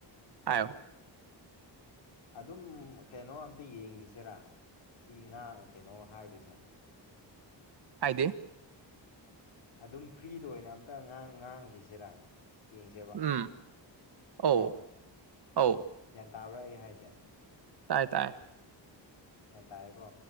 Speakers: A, on the right (about 60°); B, on the left (about 80°).
A: ꯍꯥꯏꯌꯣ
B: ꯑꯗꯨꯝ ꯀꯩꯅꯣ ꯑꯝꯇ ꯌꯦꯡꯒꯤꯁꯤꯔꯥ ꯁꯤ ꯉꯥ ꯀꯩꯅꯣ ꯍꯥꯏꯕꯖꯦ
A: ꯍꯥꯏꯗꯤ
B: ꯑꯗꯨꯝ ꯐ꯭ꯔꯤꯗ ꯑꯣꯏꯅ ꯑꯝꯇꯥ ꯉꯥꯡ ꯉꯥꯡꯒꯤꯁꯤꯔꯥ ꯌꯦꯡꯁꯦꯕ
A: ꯎꯝ ꯑꯧ
B: ꯀꯣ
A: ꯑꯧ
B: ꯒ꯭ꯌꯥꯟ ꯇꯥꯕ꯭ꯔꯥ ꯑꯩ ꯍꯥꯏꯁꯦ
A: ꯇꯥꯏ ꯇꯥꯏ
B: ꯒ꯭ꯌꯥꯟ ꯇꯥꯥꯏꯌꯦꯀꯣ